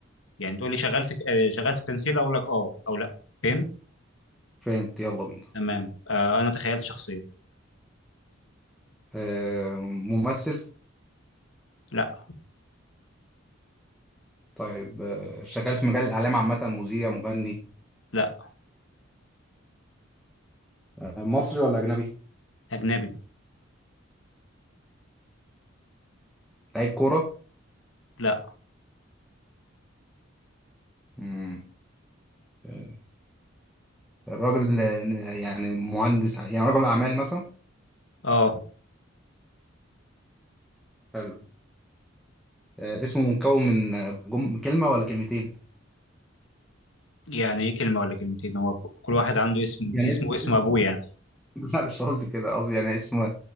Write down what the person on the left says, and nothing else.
يعني تقول لي شغال في آه، شغال في التمثيل اقول لك اه او لا فهمت
تمام آه انا تخيلت شخصيه
لا
لا
اجنبي
لا
اه
يعني ايه كلمه ولا كلمتين هو ك- كل واحد عنده اسم
اسمه
اسم ابوه يعني